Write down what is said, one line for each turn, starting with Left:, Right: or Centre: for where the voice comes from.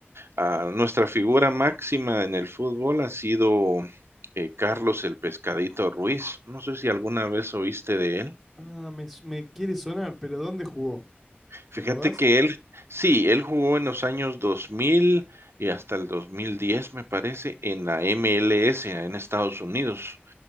Right: Ah, nuestra figura máxima en el fútbol ha sido eh, Carlos el Pescadito Ruiz. No sé si alguna vez oíste de él.
Centre: Ah, me, su- me quiere sonar, pero ¿dónde jugó?
Right: Fíjate
Centre: ¿Te acordás?
Right: que él, sí, él jugó en los años 2000 y hasta el 2010, me parece, en la MLS en Estados Unidos.